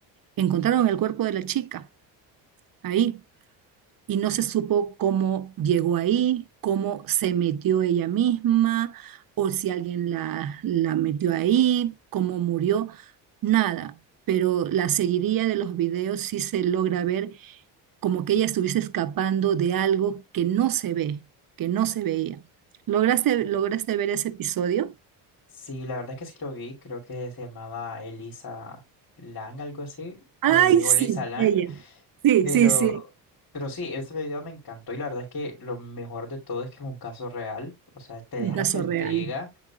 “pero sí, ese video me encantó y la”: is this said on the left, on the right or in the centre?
Left